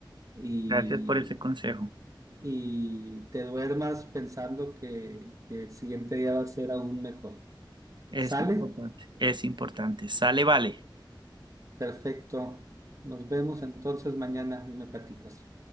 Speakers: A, on the right; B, on the right.
A: y
B: Gracias por ese consejo.
A: y te duermas pensando que, que el siguiente día va a ser aún mejor.
B: Es
A: ¿Sale?
B: importante. Es importante. Sale, vale.
A: Perfecto. Nos vemos entonces mañana y me platicas.